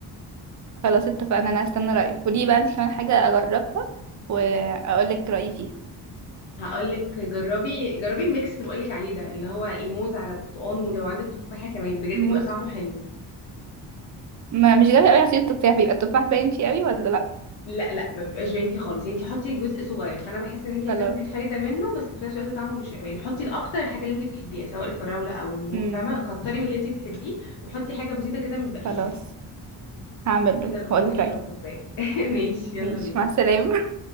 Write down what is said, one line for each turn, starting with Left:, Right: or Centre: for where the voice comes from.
Right: خلاص اتفقنا انا هستنى رايك قولي بقى انت كمان حاجه اجربها واقول لك رايي فيها
Left: هقولك جربي جربي الميكس اللي بقولك عليه ده اللي هو الموز على برتقان ولو عندك تفاحة كمان بجد بيبقى
Right: موز
Left: طعمه حلو
Right: ما مش جايبه قوي عصير التفاح بيبقى التفاح باين فيه قوي ولا لا
Left: لا لا ما بيبقاش باين فيه خالص يعني انت حطي جزء صغير فانا بحس ان انت هتاخدي
Right: خلاص
Left: الفايده منه بس في نفس الوقت طعمه مش هيبقى باين حطي الاكتر الحاجه اللي انت بتحبيها سواء الفراوله او المو
Right: امم
Left: فاهمه كتري من اللي انت بتحبيه وحطي حاجه بسيطه كده من الباقيين
Right: خلاص هعمله
Left: يلا نقوم
Right: واقول لك
Left: نشرب
Right: رايي
Left: كوبايه <laughs> ماشي يلا
Right: ماشي
Left: بينا
Right: مع السلامه